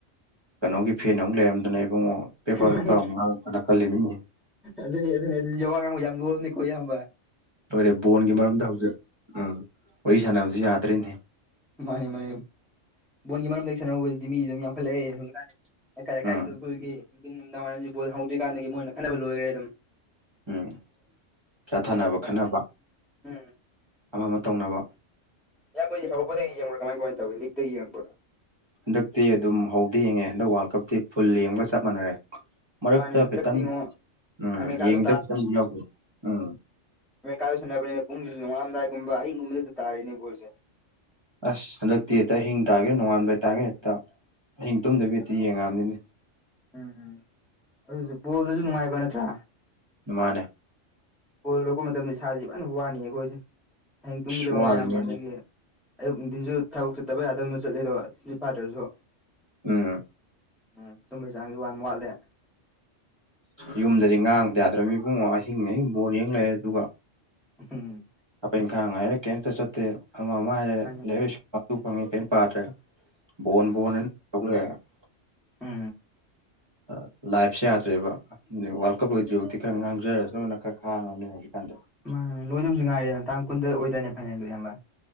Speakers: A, on the right; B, in the centre.
A: ꯀꯩꯅꯣꯒꯤ
B: ꯎꯝ
A: ꯐꯦꯟ ꯑꯃꯨꯛ ꯂꯩꯔꯝꯗꯅ ꯏꯕꯨꯡꯉꯣ ꯄꯦꯄꯥ ꯄꯦꯄꯥ
B: ꯃꯥꯅꯤ
A: ꯑꯃꯨꯛ ꯉꯥꯡꯂꯛꯇꯅ ꯈꯜꯂꯤ ꯃꯤꯅꯦ
B: ꯑꯗꯨꯅꯤ ꯑꯗꯨꯅꯤ ꯑꯗꯨ ꯋꯥ ꯉꯥꯡꯕ ꯌꯥꯝ ꯂꯨꯔꯕꯅꯤꯀꯣ ꯢꯌꯥꯝꯕ
A: ꯂꯣꯏꯔꯦ ꯕꯣꯟꯒꯤ ꯃꯔꯝꯗ ꯍꯧꯖꯤꯛ ꯎꯝ ꯋꯥꯔꯤ ꯁꯥꯟꯅꯕꯁꯤ ꯌꯥꯗ꯭ꯔꯤꯅꯦ
B: ꯃꯥꯅꯦ ꯃꯥꯅꯦ ꯕꯣꯟꯒꯤ ꯃꯔꯝꯗ ꯍꯦꯛ ꯁꯥꯟꯅꯔꯨꯕꯁꯤꯗꯤ ꯃꯤꯁꯨ ꯑꯗꯨꯝ ꯌꯥꯝꯈꯠꯂꯛꯑꯦ
A: ꯎꯝ
B: ꯍꯧꯖꯤꯛꯀꯥꯟꯁꯦ ꯑꯩꯜꯒꯤ <inaudible> ꯅꯨꯡꯤꯟ ꯅꯨꯃꯤꯗꯥꯡ ꯋꯥꯏꯝꯁꯤ ꯕꯣ ꯍꯧꯗ꯭ꯔꯤꯥꯟꯗꯒꯤ ꯃꯣꯏꯅ ꯈꯟꯅꯕ ꯂꯣꯏꯈꯔꯦ ꯑꯗꯨꯝ ꯊ
A: ꯎꯝ
B: ꯎꯝ
A: ꯆꯥꯊꯅꯕ ꯈꯠꯅꯕ
B: <inaudible>
A: ꯑꯃ ꯑꯃ ꯇꯧꯅꯕ
B: ꯢꯌꯥꯝꯕ ꯍꯣꯢꯗꯤ ꯍꯧꯔꯛꯕꯗꯩ ꯌꯦꯡꯕꯔꯥ ꯀꯃꯥꯏ ꯀꯃꯥꯏ ꯇꯧꯏ ꯂꯤꯛꯇꯩ ꯌꯦꯡꯉꯥꯛꯕ꯭ꯔꯣ
A: ꯍꯟꯗꯛꯇꯤ ꯑꯗꯨꯝ ꯍꯧꯗꯩ ꯌꯦꯡꯉꯦ ꯍꯟꯗꯛ ꯋꯥꯔꯜ ꯀꯞꯇꯤ ꯐꯨꯜ ꯌꯦꯡꯕꯒ ꯆꯞ ꯃꯥꯟꯅꯔꯦ ꯃꯔꯛꯇ
B: ꯃꯥꯅꯦ ꯍꯟꯗꯛꯇꯤ
A: ꯈꯤꯇꯪ
B: ꯉꯣ
A: ꯎꯝ
B: ꯑꯃꯦꯔꯤꯀꯥꯗꯣ
A: ꯌꯦꯡꯗꯕ ꯈꯤꯇꯪꯗꯤ ꯌꯥꯎꯖꯩ ꯎꯝ
B: ꯃꯩꯀꯥꯏꯥꯗ ꯁꯥꯟꯅꯕꯅꯤ ꯄꯨꯡꯁꯨ ꯅꯣꯡꯉꯥꯂꯝꯗꯥꯏꯒꯨꯝꯕ ꯑꯍꯤꯒꯨꯝꯕꯗ ꯇꯥꯔꯦꯅꯦ ꯕꯜꯁꯦ
A: ꯑꯁ ꯍꯟꯗꯛꯇꯤ ꯍꯦꯛꯇ ꯑꯍꯤꯡ ꯇꯥꯒꯦ ꯅꯣꯡꯉꯥꯟꯕ ꯂꯩꯇꯥꯥꯒꯦ ꯍꯦꯛꯇ ꯑꯍꯤꯡ ꯇꯨꯝꯗꯕꯤ ꯍꯦꯛꯇ ꯌꯦꯡꯉꯛꯑꯕꯅꯤꯅꯦ
B: ꯎꯝ ꯎꯝ ꯑꯗꯨꯁꯨ ꯕꯣꯜꯗꯁꯨ ꯅꯨꯡꯉꯥꯏꯕ ꯅꯠꯇ꯭ꯔꯥ
A: ꯃꯥꯅꯦ
B: ꯀꯣꯜ ꯂꯔꯛꯄ ꯃꯇꯝꯗ ꯏꯁꯥꯁꯦ ꯐꯖꯅ ꯋꯥꯅꯤ ꯑꯩꯈꯣꯏꯁꯦ ꯍꯌꯦꯡ ꯇꯨꯡꯈꯤꯗꯕ
A: ꯑꯁ ꯋꯥꯗꯣꯏꯅꯦ
B: ꯃꯌꯥꯝ ꯑꯗꯒꯤ ꯑꯌꯨꯛ ꯅꯨꯡꯊꯤꯟꯁꯨ ꯊꯕꯛ ꯆꯠꯇꯕ ꯌꯥꯗꯕꯅ ꯆꯠꯂꯦꯗꯣ ꯇꯨꯝꯁꯤꯠ ꯐꯥꯗ꯭ꯔꯁꯨ
A: ꯎꯝ
B: ꯎꯝ ꯇꯨꯝꯕꯩ ꯆꯥꯡꯁꯦ ꯌꯥꯝ ꯋꯥꯠꯂꯦ
A: ꯌꯨꯝꯗꯗꯤ ꯉꯥꯡꯕ ꯌꯥꯗ꯭ꯔꯕ ꯃꯤ ꯏꯕꯨꯡꯉꯣ ꯑꯍꯤꯡ ꯑꯍꯤꯡ ꯕꯣꯜ ꯌꯦꯡ ꯂꯩꯔꯦ ꯑꯗꯨꯒ
B: ꯎꯝ
A: ꯍꯥꯄꯛ ꯏꯪꯈꯥꯡ ꯍꯥꯏꯥꯏꯔꯦ ꯀꯩꯝꯇ ꯆꯠꯇꯦ ꯑꯃ ꯑꯃ ꯍꯥꯏꯔꯦ
B: ꯃꯥꯅꯤ
A: ꯂꯩꯔꯁꯨ ꯐꯪꯉꯦ ꯀꯔꯤꯝ ꯄꯥꯗ꯭ꯔꯦ <inaudible>
B: ꯎꯥ
A: ꯑꯩ ꯂꯥꯏꯐꯁꯨ ꯌꯥꯗ꯭ꯔꯦꯕ ꯋꯥꯔꯜ ꯀꯞ ꯂꯣꯏꯗ꯭ꯔꯤꯐꯥꯎꯗꯤ ꯈꯔ ꯉꯥꯡꯖꯔꯁꯅꯅ ꯈꯔ ꯈꯥꯡꯉꯕꯅꯦ ꯍꯧꯖꯤꯛꯀꯥꯟꯗ
B: ꯃꯥꯣꯏꯅꯧꯁꯨꯥꯏꯦ ꯅ ꯇꯥꯡ ꯀꯨꯟꯗ ꯑꯣꯏꯗꯣꯏꯔꯅꯦ ꯐꯥꯏꯅꯦꯟꯗꯣ ꯑꯕ